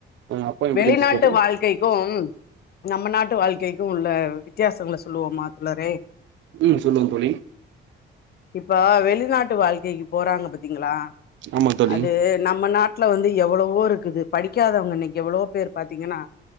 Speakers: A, on the right; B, on the left.
A: அப்பா எப்டி
B: வெளிநாட்டு
A: இருந்துச்சு தோழி
B: வாழ்க்கைக்கும் நம்ம நாட்டு வாழ்க்கை இதுவும் உள்ள வித்தியாசங்கள சொல்லுவோமா தோழரே
A: ம் சொல்லுங்க தோழி
B: இப்ப வெளிநாட்டு வாழ்க்கைக்கு போறாங்க பாத்தீங்களா
A: ஆமா தோழி
B: அது நம்ம நாட் டுல வந்து எவ்ளவோ இருக்குது படிக்காதவங்க இன்னைக்கு எவ்ளளோ பேர் பாத்தீங்கன்னா